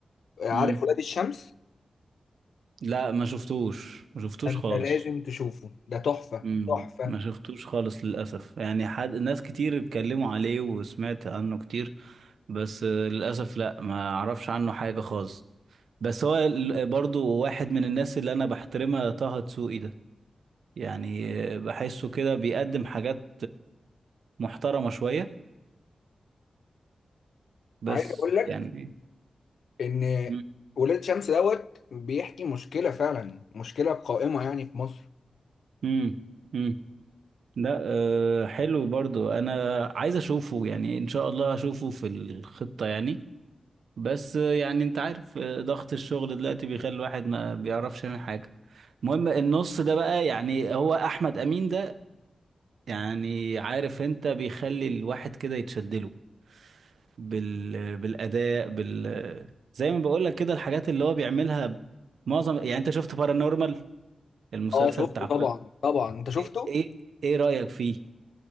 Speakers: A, on the left; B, on the right.
A: لا
B: امم
A: عارف ولاد الشمس
B: لا ما شفتوش ما شفتوش
A: انت
B: خالص
A: لازم تشوفه ده تحفه
B: امم
A: تحفه
B: ما شفتوش خالص للأسف يعني حد ناس كتير اتكلموا عليه وسمعت عنه كتير بس آه، للأسف لا ما اعرفش عنه حاجة خالص بس هو ال- برضو واحد من الناس اللي انا بحترمها طه دسوقي ده يعني آه، بحسه كده بيقدم حاجات محترمة شوية بس
A: عايز اقول لك
B: يعني
A: ان
B: مم.
A: ولاد الشمس دوت بيحكي مشكله فعلا مشكله قائمه يعني في مصر
B: مم. مم. لا أه حلو برضو انا عايز اشوفه يعني ان شاء الله هشوفه في الخطة يعني بس آه، يعني انت عارف آه، ضغط الشغل دلوقتي بيخلي الواحد ما بيعرفش يعمل حاجة المهم النص ده بقى يعني هو احمد امين ده يعني عارف انت بيخلي الواحد كده يتشدله بال... بالاداء بال زي ما بقول لك كده الحاجات اللي هو بيعملها معظم يعني انت شفت بارانورمال المسلسل
A: اه شفته
B: بتاع
A: طبعا طبعا انت شفته
B: ايه ايه إيه رأيك فيه